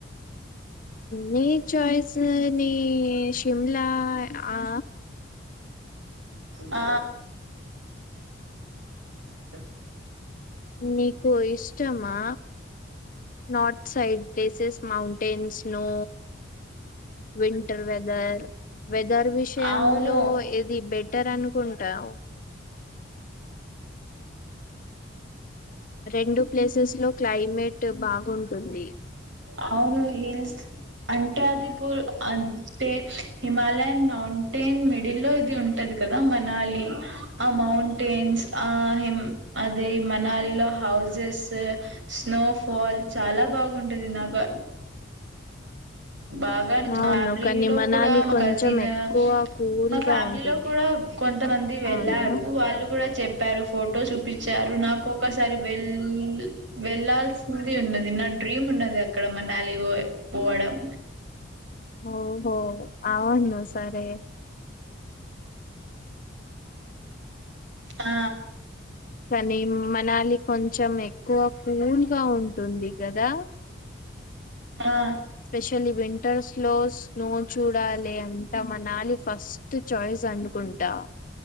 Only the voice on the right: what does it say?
ఆ స
అవును
అవును హిల్స్ అంటే ఆదిపూర్ అంటే హిమాలయన్ మౌంటైన్ మిడిల్ లో ఇది ఉంటది మనాలీ ఆ మౌంటైన్స్ ఆ హిం అది మనాలిలో హౌసెస్ స్నోఫాల్ చాలా బాగుంటది నాక బాగా మా
ఫ్యామిలీలో
కూడా మా
కజిన్
మా ఫ్యామిలీలో
కూడా కొంతమంది వెళ్ళారు
వాళ్ళు కూడా చెప్పారు ఫోటో చూపించారు నాకు ఒకసారి వెళ్ లీల్ వెళ్లాాల్సినది ఉన్నది నా డ్రీమ్ ఉన్నది అక్కడ మనాలి పో పోవడం
ఆ
ఆ